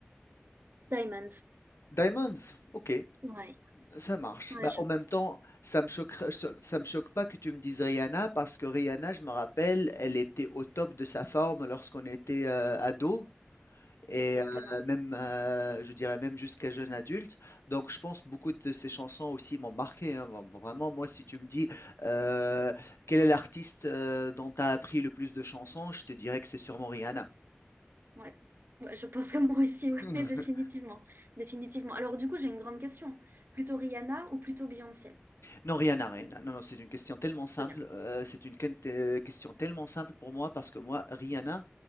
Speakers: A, on the right; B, on the left.
A: Diamonds.
B: Diamonds, ok.
A: Ouais,
B: Ça marche.
A: ouais,
B: Bah,
A: je
B: en même
A: pense.
B: temps, ça me choquerait, ça, ça me choque pas que tu me dises Rihanna parce que Rihanna, je me rappelle, elle était au top de sa forme lorsqu'on était euh, ado et
A: Exactement.
B: euh, même, euh, je dirais même jusqu'à jeune adulte. Donc, je pense beaucoup de ses chansons aussi m'ont marqué. hein. Vra- Vraiment, moi, si tu me dis euh, quel est l'artiste euh, dont tu as appris le plus de chansons, je te dirais que c'est sûrement Rihanna.
A: Ouais. Ouais, je pense que moi aussi, ouais,
B: <laughs>
A: <laughs> définitivement. Définitivement. Alors, du coup, j'ai une grande question. Plutôt Rihanna ou plutôt Beyoncé?
B: Non, rien à rien. Non, non, c'est une question tellement simple.
A: Très bien.
B: euh, c'est une quen- euh, question tellement simple pour moi parce que moi, Rihanna,